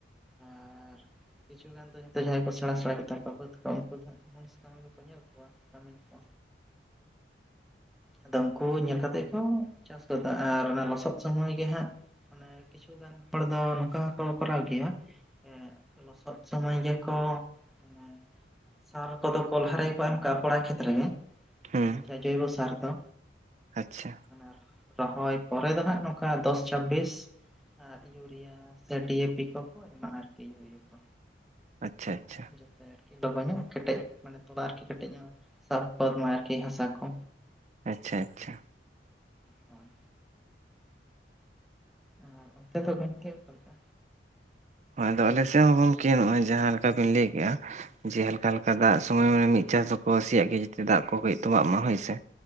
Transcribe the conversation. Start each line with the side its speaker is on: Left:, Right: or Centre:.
Centre: ᱟᱨ ᱟᱨ ᱠᱤᱪᱷᱩ ᱜᱟᱱ ᱫᱚ ᱡᱚᱛᱚ ᱡᱟᱦᱟᱸᱭ ᱠᱚ ᱥᱮᱬᱟ ᱥᱮᱬᱟ ᱜᱮᱛᱟ ᱠᱚ ᱩᱱᱠᱩ ᱫᱚᱠᱚ ᱩᱱᱠᱩ ᱫᱚ ᱦᱟᱸᱜ ᱢᱩᱱᱤᱥ ᱠᱟᱹᱢᱤᱱ ᱠᱚ ᱧᱮᱞ ᱠᱚᱣᱟ ᱠᱟᱹᱢᱤᱱ ᱠᱚ᱾ ᱟᱫᱚ ᱩᱱᱠᱩ ᱧᱮᱞ ᱠᱟᱛᱮᱜ ᱠᱚ ᱪᱟᱥ ᱜᱚᱫᱟ ᱟᱨ ᱚᱱᱟ ᱞᱚᱥᱚᱫ ᱥᱚᱢᱚᱭ ᱜᱮ ᱦᱟᱸᱜ ᱢᱟᱱᱮ ᱠᱤᱪᱷᱩ ᱜᱟᱱ ᱦᱚᱲ ᱫᱚ ᱱᱚᱝᱠᱟ ᱦᱚᱸᱠᱚ ᱠᱚᱨᱟᱣ ᱜᱮᱭᱟ ᱮᱸ ᱞᱚᱥᱚᱫ ᱥᱚᱢᱚᱭ ᱜᱮᱠᱚ ᱮᱸ ᱥᱟᱨ ᱠᱚᱫᱚ ᱠᱚ ᱞᱟᱦᱟ ᱨᱮ ᱜᱮᱠᱚ ᱮᱢ ᱠᱟᱜ-ᱟ ᱯᱚᱲᱟ ᱠᱷᱮᱛᱨᱮ ᱜᱮ
Right: ᱦᱩᱸ
Centre: ᱚᱱᱟ ᱡᱟᱦᱟᱸ ᱡᱳᱭᱵᱚ ᱥᱟᱨ ᱫᱚ᱾
Right: ᱟᱪᱪᱷᱟ᱾
Centre: ᱢᱟᱱᱮ ᱟᱨ ᱨᱚᱦᱚᱭ ᱯᱚᱨᱮ ᱫᱚ ᱦᱟᱸᱜ ᱱᱚᱝᱠᱟ ᱫᱚᱥ ᱪᱷᱟᱵᱵᱤᱥ ᱟᱨ ᱤᱭᱩᱨᱤᱭᱟ ᱥᱮ ᱰᱤ ᱭᱮ ᱯᱤ ᱠᱚᱠᱚ ᱮᱢᱟᱜ ᱟᱨᱠᱤ ᱤᱭᱩᱨᱤᱭᱟᱹ ᱠᱚ᱾
Right: ᱟᱪᱪᱷᱟ ᱟᱪᱪᱷᱟ᱾
Centre: ᱡᱟᱛᱮ ᱟᱨᱠᱤ ᱞᱚᱜᱚ ᱧᱚᱜ ᱠᱮᱴᱮᱜ ᱢᱟᱱᱮ ᱛᱚᱞᱟ ᱟᱨᱠᱤ ᱠᱮᱴᱮᱜ ᱧᱚᱜ ᱥᱟᱵ ᱜᱚᱫ ᱢᱟᱭ ᱟᱨᱠᱤ ᱦᱟᱥᱟ ᱠᱚ᱾
Right: ᱟᱪᱪᱷᱟ ᱟᱪᱪᱷᱟ᱾
Centre: ᱦᱳᱭ᱾ ᱟᱨ ᱚᱱᱛᱮ ᱜᱚᱝᱠᱮ ᱚᱠᱟᱞᱮᱠᱟ?
Right: ᱦᱳᱭ ᱟᱫᱚ ᱟᱞᱮ ᱥᱮᱫ ᱦᱚᱸ ᱜᱚᱢᱠᱮ ᱱᱚᱜᱼᱚᱭ ᱡᱟᱦᱟᱸ ᱞᱮᱠᱟ ᱵᱤᱱ ᱞᱟᱹᱭ ᱠᱮᱜᱼᱟ᱾ ᱡᱮ ᱦᱟᱞᱠᱟ ᱦᱟᱞᱠᱟ ᱫᱟᱜ ᱥᱚᱢᱚᱭ ᱢᱟᱱᱮ ᱢᱤᱫ ᱪᱟᱥ ᱫᱚᱠᱚ ᱥᱤᱭᱟᱜ ᱜᱮᱭᱟ ᱡᱟᱛᱮ ᱫᱟᱜ ᱠᱚ ᱠᱟᱹᱡ ᱛᱚᱸᱵᱟᱜ ᱢᱟ ᱦᱳᱭᱥᱮ᱾